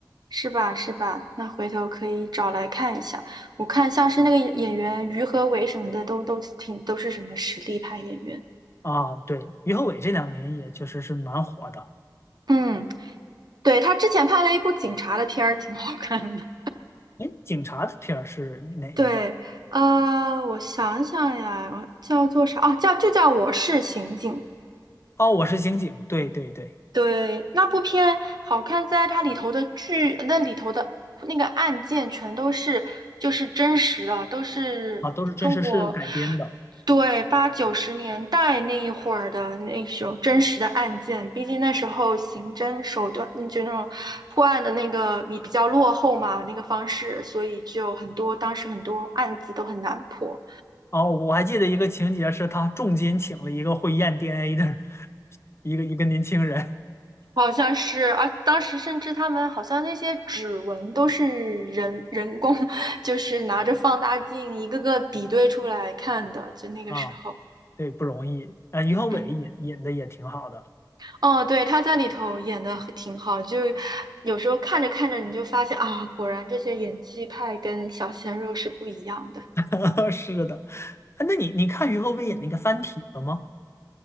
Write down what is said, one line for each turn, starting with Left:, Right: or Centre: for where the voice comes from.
Right: 是吧是吧？那回头可以找来看一下。我看像是那个演员于和伟什么的，都都挺都是什么实力派演员。
Left: 啊。对，于和伟这两年也确实是蛮火的。
Right: 嗯，对，他之前拍了一部警察的片儿，挺好看的。
Left: 哎，警察的片儿是哪一个？
Right: 对，呃，我想想呀，叫做啥？哦，叫就叫《我是刑警》。
Left: 哦，我是刑警。对对对，
Right: 对，那部片好看在它里头的剧，那里头的那个案件全都是就是真实的，都是中国
Left: 啊，都是真实事改编的。
Right: 对八九十年代那一会儿的那种真实的案件。毕竟那时候刑侦手段，嗯就那种破案的那个比比较落后嘛，那个方式，所以就很多当时很多案子都很难破。
Left: 哦，我还记得一个情节是他重金请了一个会验 DNA 的一个一个年轻人
Right: 好像是啊，当时甚至他们好像那些指纹都是人人工，<laughs> 就是拿着放大镜一个个比对出来看的，就那个时候。
Left: 啊，对，不容易啊。于和伟演演的也挺好的，
Right: 嗯，哦，对，他在里头演的挺好，就有时候看着看着你就发现啊，果然这些演技派跟小鲜肉是不一样的。
Left: <laughs> 是的。啊，那你你看于和伟演那个《三体》了吗？
Right: 嗯，